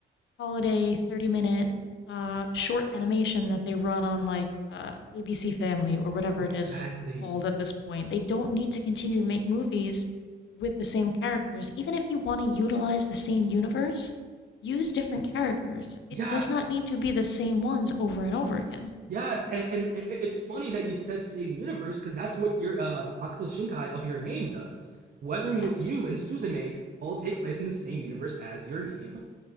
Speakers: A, on the left; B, on the right.
A: holiday 30 minute uh, short animation that they run on like uh, ABC Family or whatever
B: Exactly.
A: it is called at this point. They don't need to continue to make movies with the same characters. Even if you want to utilize the same universe, use different characters.
B: Yes!
A: It does not need to be the same ones over and over again.
B: Yes, and, and it- it's funny that you said same universe because that's what your uh, Makoto Shinkai of Your Name does. Weathering
A: Yes,
B: with You and Suzume all take place in the same universe as Your Name,